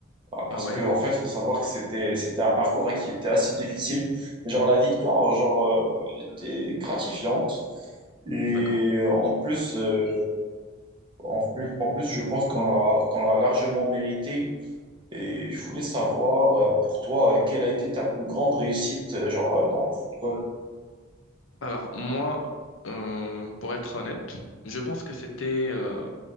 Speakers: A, on the right; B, on the left.
A: Ah, Parce
B: Ah ouais,
A: que, en fait, faut savoir que c'était, c'était un parcours hein, qui était assez difficile. Genre, la victoire, genre, euh, était gratifiante. Et
B: d'accord.
A: euh, en plus, euh, en plus, en plus, je pense qu'on a, qu'on l'a largement mérité. Et je voulais savoir, euh, pour toi, euh, quelle a été ta plus grande réussite, euh, genre, euh, dans le football?
B: Alors moi, euh, pour être honnête, je pense que c'était euh,